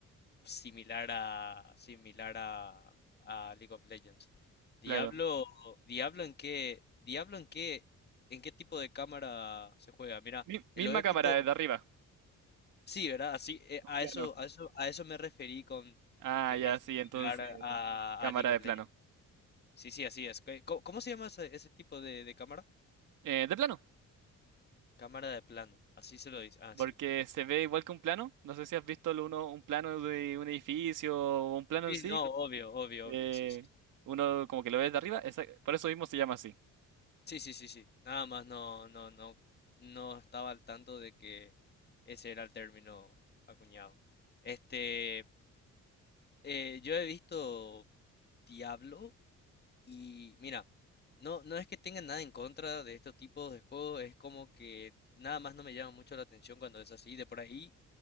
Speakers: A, on the left; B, on the right.
A: similar a similar a, a League of Legends. Diablo,
B: Claro.
A: Diablo en qué, Diablo en qué, en qué tipo de cámara se juega. Mira,
B: Mi-
A: eh,
B: misma
A: lo he
B: cámara
A: visto,
B: desde arriba,
A: sí, ¿verdad? Así, eh,
B: un
A: a
B: plano.
A: eso, a eso, a eso me referí con
B: Ah,
A: que
B: ya,
A: es
B: sí, entonces
A: similar
B: eh,
A: a,
B: cámara
A: a League
B: de
A: of
B: plano.
A: Legends. Sí, sí, así es. ¿Qué- ¿Cómo, cómo se llama ese, ese tipo de, de cámara?
B: Eh, de plano.
A: Cámara de plano, así se lo dice. Ah,
B: Porque
A: sí.
B: se ve igual que un plano. No sé si has visto lo uno, un plano de un edificio o un plano
A: Sí,
B: en sí.
A: no, obvio, obvio,
B: eh,
A: obvio, sí, sí. sí.
B: uno como que lo ves de arriba. esa- por eso mismo se llama así.
A: Sí, sí, sí, sí. Nada más no, no, no, no estaba al tanto de que ese era el término acuñado. Este, eh, yo he visto Diablo y mira, no, no es que tenga nada en contra de estos tipos de juegos, es como que nada más no me llama mucho la atención cuando es así. De por ahí